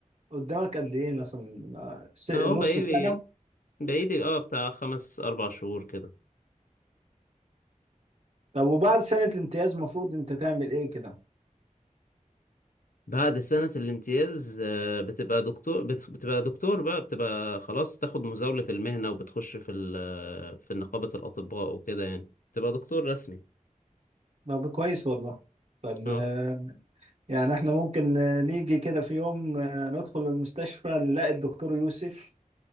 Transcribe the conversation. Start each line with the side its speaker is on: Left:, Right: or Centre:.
Right: قدامك قد ايه مثلا آه، س- نص
Left: اهو بقالي
Right: سنة
Left: بقالي اه بتاع خمس اربع شهور كده
Right: طب وبعد سنة الامتياز المفروض انت تعمل ايه كده
Left: بعد سنة الامتياز آه، بتبقى دكتور بت- بتبقى دكتور بقى بتبقى خلاص تاخد مزاولة المهنة وبتخش في ال- في نقابة الأطباء وكده يعني تبقى دكتور رسمي
Right: طب كويس والله طب
Left: اه
Right: آه، يعني احنا ممكن آه، نيجي كده في يوم آه، ندخل المستشفى نلاقي الدكتور يوسف